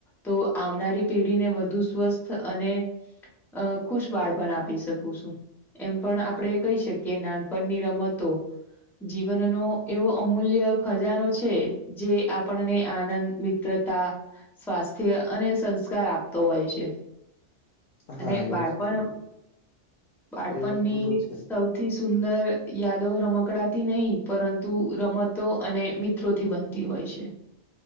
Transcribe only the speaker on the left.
હા એ
વસ્તુ
એ વસ્તુ તો છે